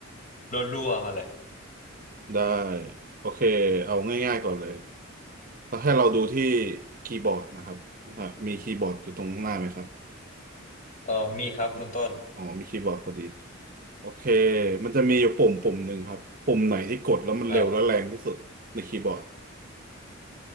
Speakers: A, on the left (about 40°); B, on the right (about 45°).
A: รัวๆมาเลย
B: ได้โอเคเอาง่ายๆก่อนเลยแล้วให้เราดูที่คีย์บอร์ดนะครับอ่ะมีคีย์บอร์ดอยู่ตรงข้างหน้าไหมครับ
A: เอ่อมีครับคุณต้น
B: มีอ๋อมีคีย์บอร์ดพอดีโอเคมันจะมีอยู่ปุ่มปุ่มหนึ่งครับปุ่มไหนที่กดแล้วมันเร็วและแรงที่สุดในคีย์บอร์ด
A: ครับ